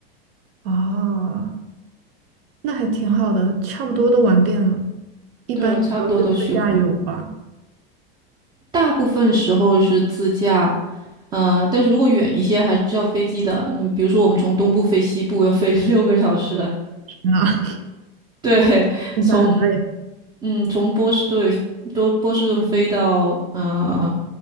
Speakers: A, on the right; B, on the right.
A: 哦，那还挺好的，差不多都玩遍了。一般都是自驾游吧？
B: 对，我差不多都去过，大部分时候是自驾，呃，但是如果远一些，还是要飞机的。你比如说，我们从东部飞西部要飞 <laughs> 六个小时，
A: 天呐，
B: 对，
A: <laughs> 听起来很累。
B: 从嗯从波士顿多波士顿飞到呃